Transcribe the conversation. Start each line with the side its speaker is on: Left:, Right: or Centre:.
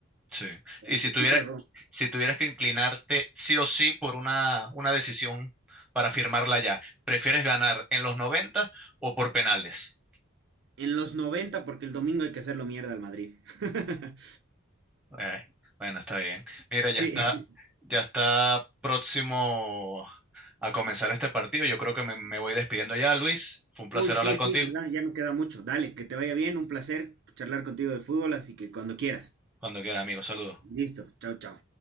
Centre: Sí.
Right: Entonces,
Centre: Y si tuviera,
Right: sí te rom-
Centre: si tuvieras que inclinarte sí o sí por una, una decisión para firmarla ya, ¿prefieres ganar en los 90 o por penales?
Right: En los 90 porque el domingo hay que hacerlo mierda al Madrid. <laughs>
Centre: Eh, bueno, está bien. Mira, ya
Right: Sí.
Centre: está, ya está próximo a comenzar este partido. Yo creo que me, me voy despidiendo ya, Luis. Fue un placer
Right: Uy, sí,
Centre: hablar contigo.
Right: sí, ¿verdad? Ya no queda mucho. Dale, que te vaya bien. Un placer charlar contigo de fútbol, así que cuando quieras.
Centre: Cuando quiera, amigo. Saludos.
Right: Listo. Chao, chao.